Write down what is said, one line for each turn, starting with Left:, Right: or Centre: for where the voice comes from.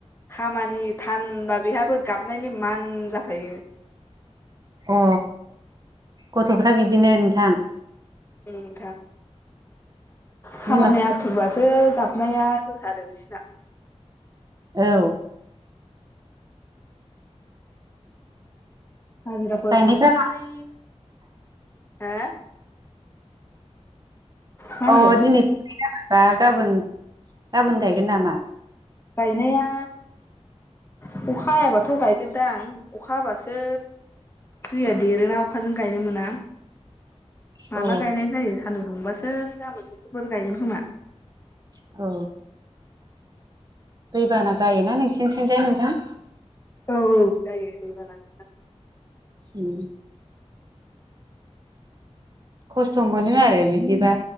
Left: खामानि थानबा बेहाबो गाबनायनि मान जाफायो।
Right: अ गथ'फ्रा बिदिनो नोंथां।
Left: उम नोंथां खामानि
Right: बिमा
Left: आथुरबासो गाब नाया होथारो बिसिना।
Right: औ।
Left: हाजिराफोर
Right: गायनायफ्रा
Left: थांखांनानै, हो? होनदों
Right: अ दिनि <unintelligible> बा गाबोन गाबोन गायगोन नामा?
Left: गायनाया अखा हायाबाथ' गायगोनदांं अखा हाबासो दैया देरोना अखाजों गायनो मोना। माला
Right: औ
Left: गायनाय जायो सान्दुं दुंबासो गामोन समफोर गायगोन खोमा।
Right: औ। दैबाना जायोना नोंसिनिथिंजाय नोंथां?
Left: औ औ जायो दैबाना नोंथां।
Right: हम। खस्थ' मोनो आरो बिदिबा